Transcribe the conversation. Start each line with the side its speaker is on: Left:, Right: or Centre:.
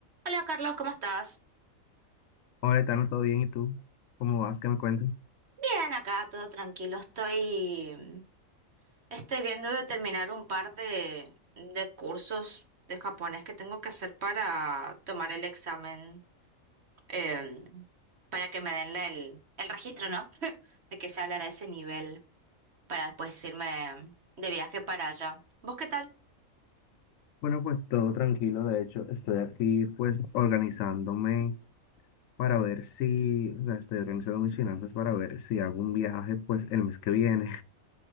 Right: Hola Carlos, ¿cómo estás?
Left: Hola, Etano, ¿todo bien? ¿Y tú? ¿Cómo vas? ¿Qué me cuentas?
Right: Bien, acá todo tranquilo. Estoy, estoy viendo de terminar un par de, de cursos de japonés que tengo que hacer para tomar el examen, eh, para que me den la- el, el registro, ¿no? De que se hablará a ese nivel para después irme de viaje para allá. ¿Vos qué tal?
Left: Bueno, pues todo tranquilo. De hecho, estoy aquí pues organizándome para ver si, o sea, estoy organizando mis finanzas para ver si hago un viaje pues el mes que viene.